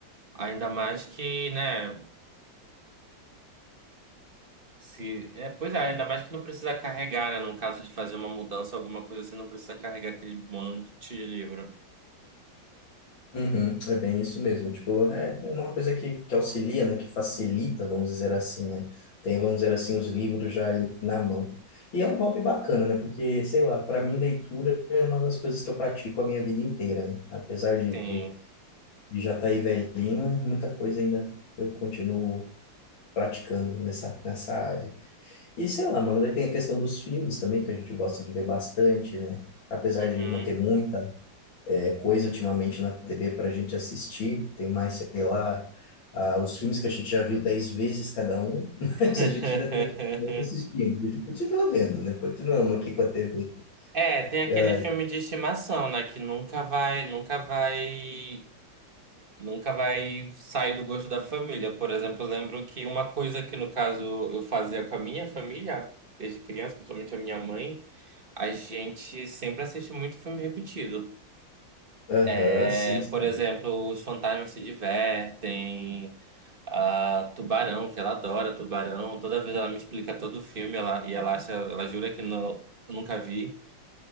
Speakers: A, on the right; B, on the left.
A: Ainda mais que, né, se, é, pois é, ainda mais que não precisa carregar, né, no caso de fazer uma mudança, alguma coisa, você não precisa carregar aquele monte de livro.
B: Uhum, é bem isso mesmo. Tipo, é é uma coisa que, que auxilia, né? Que facilita, vamos dizer assim, né? Tem, vamos dizer assim, os livros já ali na mão. E é um hobby bacana, né? Porque, sei lá, para mim, leitura é uma das coisas que eu pratico a minha vida inteira, né? Apesar de,
A: Sim.
B: de já estar aí velhinho, é muita coisa ainda eu continuo praticando nessa, nessa área. E, sei lá, mano, daí tem a questão dos filmes também, que a gente gosta de ver bastante, né? Apesar
A: Uhum.
B: de não ter muita é, coisa ultimamente na TV para a gente assistir. Tem mais, sei lá, ah, os filmes que a gente já viu dez vezes cada um, <laughs>
A: <laughs>
B: mas a gente ainda continua assistindo, a gente continua vendo, né? Continuamos aqui com a TV.
A: É, tem aquele
B: Ah,
A: filme de estimação, né, que nunca vai, nunca vai Nunca vai sair do gosto da família. Por exemplo, eu lembro que uma coisa que, no caso, eu fazia com a minha família, desde criança, principalmente a minha mãe, a gente sempre assiste muito filme repetido.
B: Aham,
A: É,
B: sim, sim.
A: por exemplo, Os Fantasmas se Divertem, a Tubarão, que ela adora Tubarão. Toda vez ela me explica todo o filme ela, e ela acha, ela jura que não, eu nunca vi.